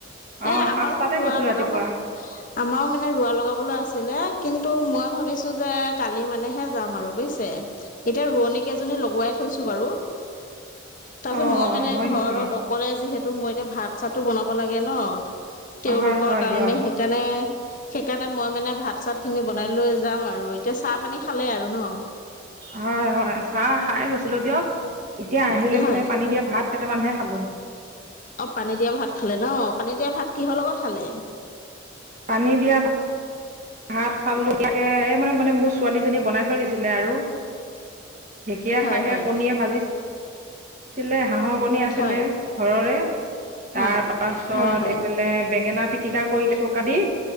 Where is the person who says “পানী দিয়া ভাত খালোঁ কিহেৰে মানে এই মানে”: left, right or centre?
Right